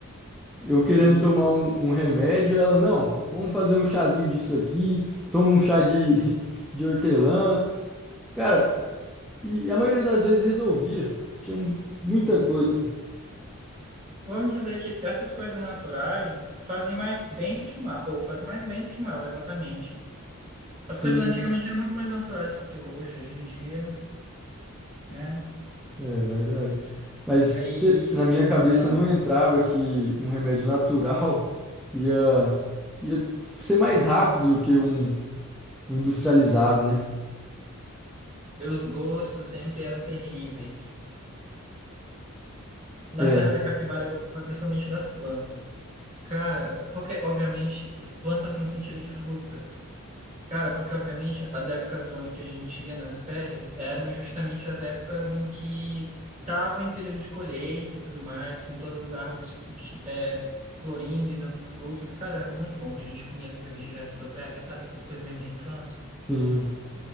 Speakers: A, in the centre; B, on the right.
A: Eu querendo
B: Sim.
A: tomar um, um remédio, ela, não, vamos fazer um chazinho disso aqui, toma um chá de, <laughs> de hortelã. Cara, e a maioria das vezes resolvia. Tinha mu- muita
B: Hum.
A: coisa.
B: Vamos dizer que essas coisas naturais fazem mais bem do que mal, ou fazem mais bem do que mal, exatamente. As
A: Sim,
B: coisas antigamente eram muito mais naturais do que hoje, hoje em dia, né?
A: é verdade. Mas
B: Aí,
A: você- na minha cabeça
B: ah,
A: não entrava que um remédio natural <laughs> ia, ia ser mais rápido do que um
B: sim.
A: O industrializado, né?
B: Os gostos sempre eram terríveis. Na
A: É,
B: Serra da Capivara eu gostava principalmente das plantas. Cara, porque obviamente plantas no sentido de frutas. Cara, porque obviamente as épocas do ano que a gente ia nas férias eram justamente as épocas em que tava em período de colheita e tudo mais, com todas as árvores fruti- é, florindo e dando frutos. Cara, era muito bom que a gente comia as coisas direto do pé, sabe? Essas coisas mesmo de infância.
A: sim.